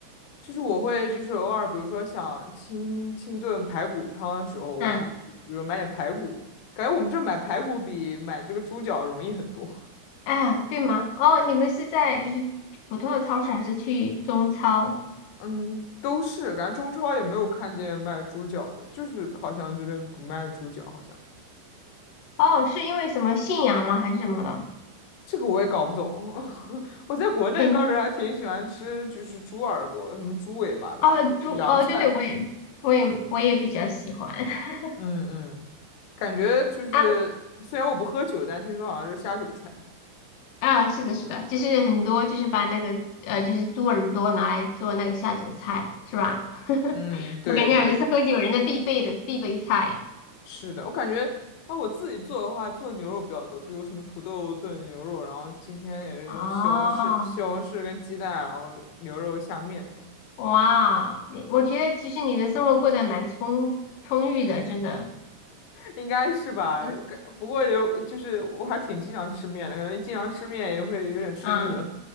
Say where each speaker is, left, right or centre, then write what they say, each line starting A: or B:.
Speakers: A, on the left; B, on the left.
A: 就是我会就是偶尔比如说想清清炖排骨汤的时候，我会比如说买点排骨，
B: 嗯，
A: 感觉我们这儿买排骨比买这个猪脚容易很多。
B: 哎呀对吗？哦，你们是在就是普通的超市还是去中超？
A: 嗯，都是，感觉中超也没有看见卖猪脚的，就是好像这边不卖猪脚，好像
B: 哦，是因为什么信仰吗？还是什么的？
A: 这个我也搞不懂。<laughs> 我在国内倒是还挺喜欢吃，
B: 肯定。
A: 就是猪耳朵、什么猪尾巴的，
B: 哦，
A: 就是凉菜。
B: 猪，哦，对对，我也，我也，我也比较喜欢。<laughs>
A: 嗯嗯，感觉就是虽然我不喝酒，
B: 啊
A: 但听说好像是下酒菜。
B: 啊，是的，是的，就是很多就是把那个呃，就是猪耳朵拿来做那个下酒菜，是吧？<laughs>
A: 嗯，对对，
B: 我感觉好像是喝酒人的必备的必备菜。
A: 是的，我感觉啊，我自己做的话，做牛肉比较多，比如什么土豆炖牛肉，然后今天也是用西红柿、
B: 哦，
A: 西红柿跟鸡蛋，然后牛肉下面这样。
B: 哇，你我觉得其实你的生活过得蛮充充裕的，真的。
A: 应该是吧？
B: 嗯。
A: 我感不过有，就是我还挺经常吃面的，可能经常吃面也会有点吃腻了
B: 啊